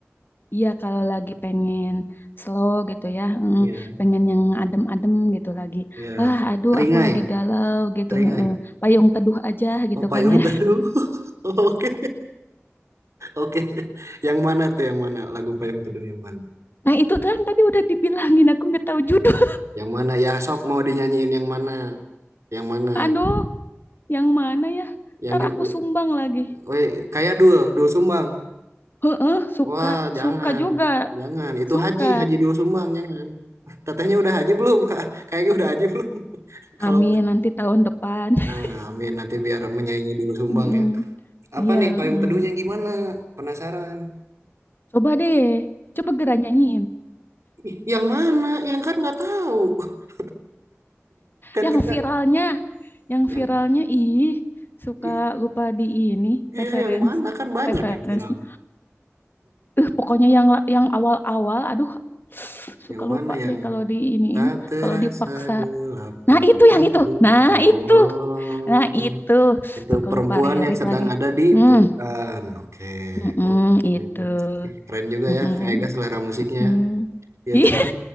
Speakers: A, on the left; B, on the right.
A: Iya kalau lagi pengen slow gitu ya, mm,
B: Iya,
A: pengen yang adem-adem gitu lagi.
B: iya.
A: Ah, aduh,
B: Seringai,
A: aku lagi galau gitu.
B: seringai.
A: heeh. Payung teduh aja gitu
B: Oh, Payung
A: kan ya.
B: Teduh. <laughs> Oke, oke. Yang mana tuh? Yang mana lagu Payung Teduh yang mana?
A: Nah itu kan tadi udah dibilangin, aku nggak tahu judul.
B: Yang mana? Ya, sok mau dinyanyiin yang mana? Yang mana?
A: Aduh, yang mana ya?
B: yang
A: Ntar
B: gimana?
A: aku sumbang lagi.
B: Weh, kayak dul, dul sumbang.
A: Heeh, suka,
B: Wah, jangan,
A: suka juga,
B: jangan. Itu
A: suka.
B: haji, haji dul sumbang, jangan. <laughs> Tetehnya udah haji belum, Kak? Kayaknya udah haji belum. <laughs> Kalau,
A: Amin, nanti tahun depan. <laughs>
B: nah, amin nanti biar menyaingi dul sumbang
A: Mm-mm.
B: ya. Apa
A: Iya.
B: nih payung
A: mm.
B: teduhnya gimana? Penasaran.
A: Coba deh, coba Gera nyanyiin.
B: Ih, yang mana? Yang kan nggak tahu. <laughs> Kan
A: Yang
B: kita
A: viralnya, yang
B: yang
A: viralnya ih suka
B: i-
A: lupa di ini
B: iya
A: reference
B: yang mana kan banyak
A: referensinya.
B: yang viral.
A: Eh pokoknya yang la- yang awal-awal, aduh <sighs> suka
B: Yang
A: lupa
B: mana yang
A: deh kalau diiniin,
B: tak terasa
A: kalau dipaksa.
B: gelap pun
A: Nah itu
B: jatuh.
A: yang itu, nah
B: Oh.
A: itu, nah itu
B: Itu
A: suka
B: perempuan
A: lupa lirik
B: yang sedang
A: lagi.
B: ada di
A: Hmm,
B: pelukan. Oke.
A: mm-mm,
B: Oh, oke.
A: itu,
B: Ih, keren juga
A: mm-mm,
B: ya, kayak gak selera musiknya.
A: mm.
B: Ya
A: Ih
B: cuman